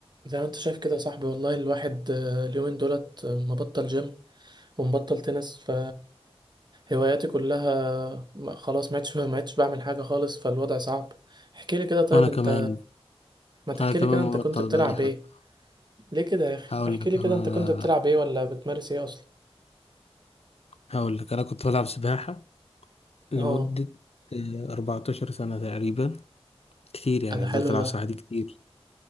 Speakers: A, on the right; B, on the left.
A: زي ما انت شايف كده يا صاحبي والله الواحد آه، اليومين دولت آه، مبطل جيم ومبطل تنس ف هواياتي كلها ما- خلاص ما عدتش ما عدتش بعمل حاجة خالص فالوضع صعب احكي لي كده طيب
B: وانا
A: انت
B: كمان
A: ما تحكي
B: انا كمان
A: لي كده
B: مبطل
A: انت كنت بتلعب
B: بقى لي حبه
A: ايه ليه كده يا اخي
B: هقول
A: احكي
B: لك
A: لي
B: انا
A: كده انت كنت بتلعب ايه ولا بتمارس ايه اصلا
B: هقول لك انا كنت بلعب سباحه لمده
A: اه
B: آه، 14 سنه تقريبا كتير يعني
A: آه، ده حلو
B: فضلت العب
A: ده
B: سباحه دي كتير